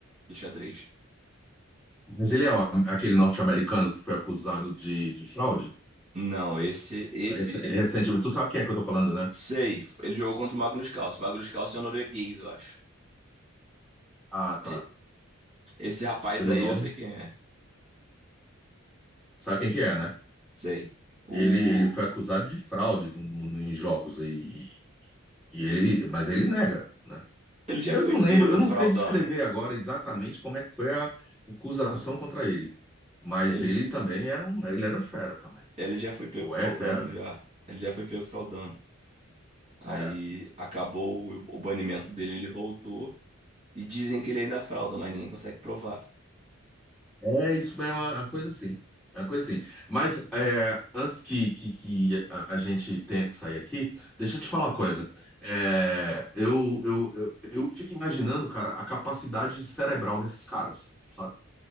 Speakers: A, on the right; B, in the centre.
A: do xadrez.
B: mas ele é ó, aquele norte-americano que foi acusado de, de fraude
A: Não, esse, esse,
B: rec-
A: ele,
B: recentemente. Tu sabe quem é que eu tô falando, né?
A: sei, ele jogou contra o Magnus Carlsen. O Magnus Carlsen é um norueguês, eu acho.
B: Ah, tá.
A: E- Esse rapaz
B: Pelo
A: aí,
B: nome.
A: eu sei quem é,
B: Sabe quem que é, né?
A: sei. O,
B: Ele, ele foi acusado de fraude no- no- em jogos aí E ele, mas ele nega, né?
A: ele já
B: Eu
A: foi
B: não
A: pego
B: lembro, eu não
A: fraudando.
B: sei descrever agora exatamente como é que foi a acusação contra ele, mas
A: Ele,
B: ele também era um, ele era fera também,
A: Ele já foi pego
B: ou
A: fraudando
B: é fera, né?
A: já. Ele já foi pego fraudando. Aí
B: é.
A: acabou o, o banimento dele, ele voltou. E dizem que ele ainda frauda, mas ninguém consegue provar.
B: É, isso é uma, uma coisa assim, é uma coisa assim. Mas é, antes que, que, que a a gente tenha que sair aqui, deixa eu te falar uma coisa. É, eu, eu, eu, eu fico imaginando, cara, a capacidade cerebral desses caras, sabe?